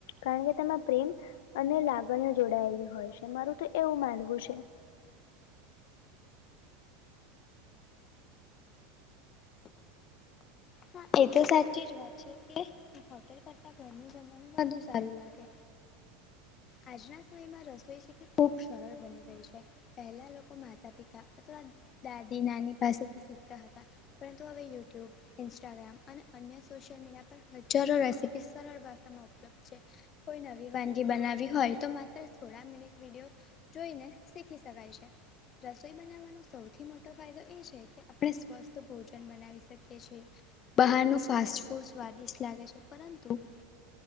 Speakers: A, on the left; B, on the left.
A: કારણ કે તેમાં પ્રેમ અને લાગણીઓ જોડાયેલી હોય છે મારું તો એવું માનવું છે.
B: હા એ તો સાચી જ વાત છે કે હોટેલ કરતા ઘરનું જમવાનું વધુ સારું લાગે આજના સમયમાં રસોઈ છે કે ખૂબ સરળ બની ગઈ છે. પહેલા લોકો માતા પિતા અથવા દાદી નાની પાસેથી શીખતા હતા. પરંતુ હવે યુટ્યુબ ઇન્સ્ટાગ્રામ અને અન્ય સોશિયલ મીડિયા પર હજારો રેસીપી સરળ ભાષામાં <inaudible> કોઈ નવી વાનગી બનાવી હોય તો માત્ર થોડા મિનિટ વિડીયો જોઈને શીખી શકાય છે. રસોઈ બનાવવાનો સૌથી મોટો ફાયદો એ છે કે આપણે સ્વસ્થ ભોજન બનાયી આવી શકે છે બહારનું ફાસ્ટ ફૂડ સ્વાદિષ્ટ લાગે છે પરંતુ